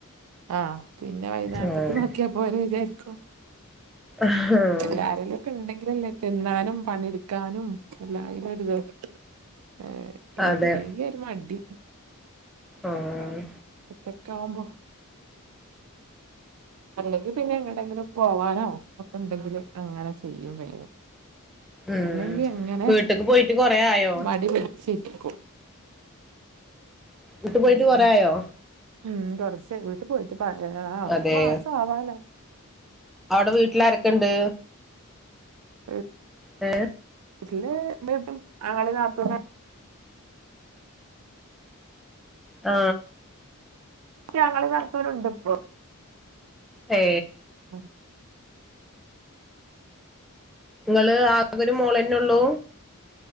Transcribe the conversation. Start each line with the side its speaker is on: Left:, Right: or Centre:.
Right: ആഹ് പിന്നെ വൈകുന്നേരത്തേക്ക്
Centre: ആഹ്
Right: നോക്കിയാ പോരേ വിചാരിക്കും
Centre: ആഹ്
Right: എല്ലാരെലുംക്കെ ഉണ്ടെങ്കിലല്ലേ തിന്നാനും പണിയെടുക്കാനും എല്ലായിനും ഒരിത് ഏഹ്
Centre: അതെ
Right: ഇല്ലെങ്കി ഒരു മടി
Centre: ആഹ്
Right: ഒറ്റക്കാവുമ്പൊ അല്ലെങ്കിൽ പിന്നെ എങ്ങടെങ്കിലും പോവാനോ ഒക്കെ ഉണ്ടെങ്കില് അങ്ങനെ ചെയ്യും വേഗം
Centre: ഉം
Right: അല്ലെങ്കി അങ്ങനെ
Centre: വീട്ട്ക്ക് പോയിട്ട് കൊറേ ആയോ
Right: മടി പിടിച്ചിരിക്കും
Centre: വീട്ടിൽ പോയിട്ട്
Right: ഉം
Centre: കുറേആയോ
Right: ഉം കൊറച്ചായി വീട്ട് പോയിട്ട് ആ ഒരു
Centre: അതെ
Right: മാസം ആവാനായി
Centre: അവിടെ വീട്ടില് ആരൊക്കെ ഉണ്ട്
Right: അ
Centre: പേ
Right: ഇ ആങ്ങളീം നാത്തൂനാ
Centre: ആ
Right: ആങ്ങളീം നാത്തൂണ്ട് പ്പൊ
Centre: ഏ
Right: മ്
Centre: ങ്ങള് ആകെ ഒരു മോളന്നെ ഒള്ളൂ